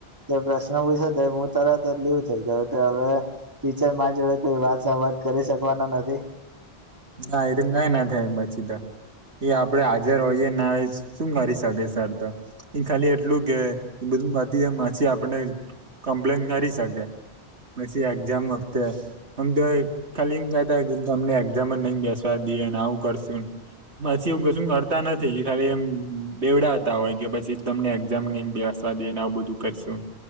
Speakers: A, on the right (about 20°); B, on the right (about 80°).
A: તે પ્રશ્ન પૂછ્યો ને તો હું તરત જ લીવ થઈ ગયો હવે ટીચર માર જોડે કોઈ વાત સંવાદ કરી શકવાના નથી.
B: ના એ તો ઈમ કાઈ ના થાય એમ જ સીધા. એ આપડે હાજર હોઈએ ના હોઈએ શું કરી શકે સર તો. એ ખાલી એટલું કે એ બધું <unintelligible> માછી આપનને કમ્પ્લેન કરી શકે. પછી એક્ઝામ વખતે અમ તો ખાલી ઈમ કેતા કે એક્ઝામ ને ઝામમાં નઈ બેસવા દઈએને આવું કરશુંન પછી એવું કશું કરતા નથી ખાલી એમ બેવડાવતા હોય કે પછી તમને એક્ઝામ નઈ બેસવા દઈને આવું બધું કરશું,